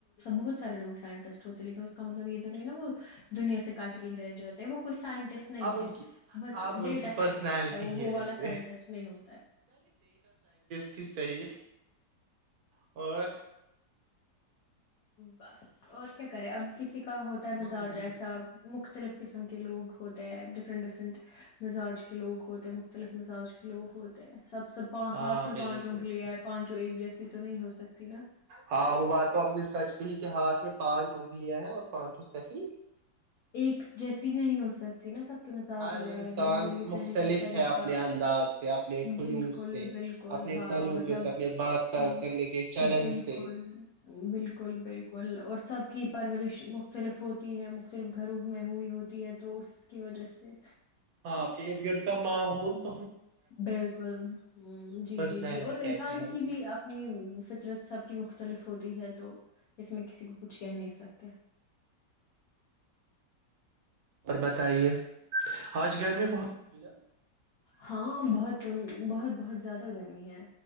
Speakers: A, on the left; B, on the right.
A: بہت سارے لگ سائنٹسٹ ہوتے لیکن اس کا مطلب یہ تو نہیں نا وہ دنیا سے کاٹ کے ہی رہ جاتے ہیں وہ کوئی سائن سٹ نہیں
B: اب
A: ہے
B: ان کی
A: بس
B: اب
A: ڈیٹا
B: ان کی پرسنالٹی
A: سائنٹسٹ ہے وہ
B: ہی
A: وہ والا
B: ایسے
A: سائنٹسٹ نہیں ہوتا ہے
B: ایز صحی اور
A: بس اور کیا کریں اب <inaudible> کسی کا ہوتا ہے
B: منو
A: مزاج
B: منو
A: ایسا مختلف قسم کے لوگ ہوتے ہیں ڈفرنٹ ڈفرنٹ مزاج کے لوگ ہوتے ہیں مختلف مزاج کے لوگ ہوتے ہیں سب سب
B: ہاں
A: ہاتھ میں پانچوں
B: بالکل
A: کے لے
B: صحیح
A: آئے پانچوں ایک جیسے تو نہیں ہو سکتی نا
B: ہاں وہ بات تو اپ نے سچ کی کے ہاتھ میں پانچ چونک لیا ہے اور پانچو صیح
A: ایک جیسی نہیں ہو سکتی تین سب <inaudible> کے مزاج
B: ہر
A: الگ
B: انسان
A: الگ ہے رہنے کے
B: مختلف
A: سہنے کا طریقہ
B: ہے اپنے انداز سے اپنے خلوص
A: بالکل
B: سے
A: بالکل
B: اپنے
A: ہاں
B: طریقوں
A: مطلب
B: سے اپنے بات بات
A: ہ
B: کرنے کے چلن
A: بالکل
B: سے
A: بالکل بالکل اور سب کی پرورش مختلف ہوتی ہے صرف گھروں میں ہوئی ہوتی ہے تو اس کی وجہ سے
B: ہاں کت گٹ کا ماحول ب
A: بالکل جی
B: پرسنالٹی
A: جی جی اور
B: کیسی
A: انسان
B: ہوگی
A: کی بھی اپنی فطرت سب کی مختلف ہوتی ہے تو اس میں کسی کو کچھ کہہ نہیں سکتے
B: اور بتائیے آج گرمی بہت این <inaudible>
A: ہاں بہت بہت بہت زیادہ گرمی ہے